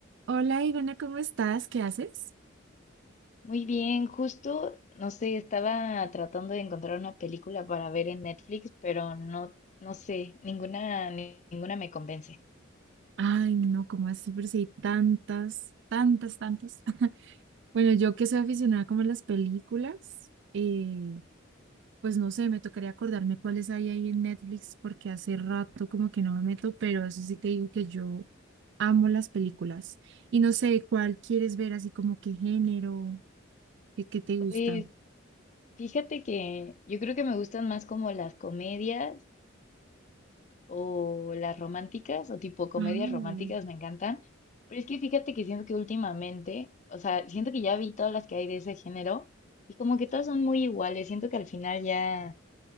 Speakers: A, on the right (about 60°); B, on the left (about 35°).
A: Hola Ivana, ¿cómo estás? ¿Qué haces?
B: Muy bien, justo, no sé, estaba tratando de encontrar una película para ver en Netflix, pero no, no sé, ninguna, ni- ninguna me convence.
A: Ay, no, ¿cómo así? Pero si hay tantas, tantas, tantas. <laughs> Bueno, yo que soy aficionada como a las películas, eh, pues no sé, me tocaría acordarme cuáles hay ahí en Netflix porque hace rato como que no me meto, pero eso sí te digo que yo amo las películas. Y no sé, ¿cuál quieres ver así como qué género, qué, qué te
B: Pues
A: gusta?
B: fíjate que yo creo que me gustan más como las comedias o las románticas o tipo comedias
A: Ah,
B: románticas me encantan, pero es que fíjate que siento que últimamente, o sea, siento que ya vi todas las que hay de ese género y como que todas son muy iguales, siento que al final ya...